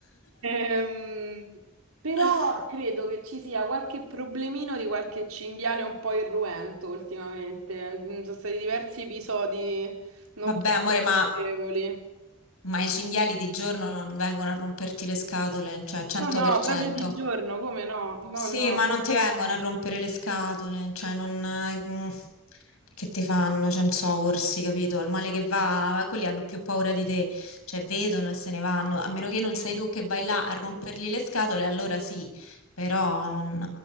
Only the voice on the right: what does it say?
Ehm, però
credo che ci sia qualche problemino di qualche cinghiale un po' irruento ultimamente. Mm, Sono stati diversi episodi non
proprio
piacevoli.
No, no, proprio di giorno, come no? No,
no.